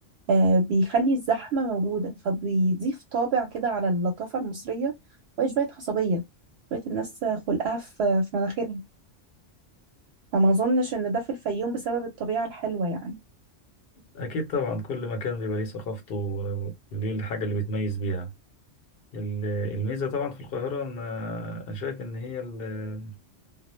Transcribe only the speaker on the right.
آه، بيخلي الزحمة موجودة فبيضيف طابع كده على اللطافة المصرية وهي شوية عصبية شوية الناس خلقها في في مناخيرها فما أظنش إن ده في الفيوم بسبب الطبيعة الحلوة يعني